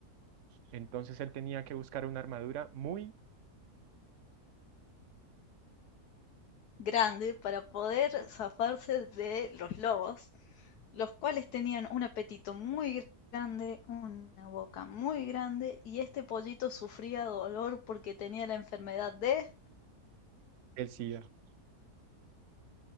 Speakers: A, on the right; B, on the left.
A: Entonces él tenía que buscar una armadura muy...
B: grande para poder zafarse de los lobos, los cuales tenían un apetito muy grande, una boca muy grande, y este pollito sufría dolor porque tenía la enfermedad de
A: El SIDA.